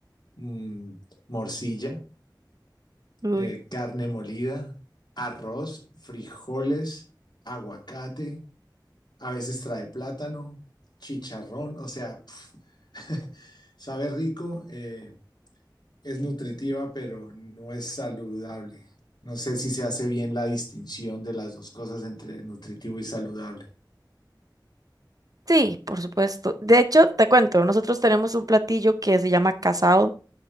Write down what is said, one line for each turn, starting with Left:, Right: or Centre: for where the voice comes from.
Left: mm, morcilla,
Right: Uy.
Left: eh, carne molida, arroz, frijoles, aguacate, a veces trae plátano, chicharrón, o sea, pf, <laughs> sabe rico. eh, es nutritiva, pero no es saludable. No sé si se hace bien la distinción de las dos cosas entre nutritivo y saludable.
Right: Sí, por supuesto. De hecho, te cuento, nosotros tenemos un platillo que se llama casado.